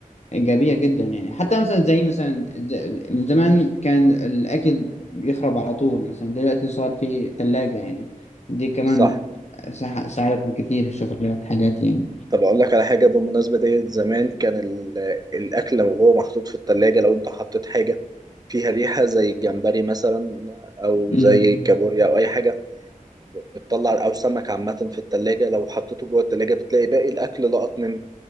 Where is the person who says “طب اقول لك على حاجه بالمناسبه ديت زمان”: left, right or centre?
Right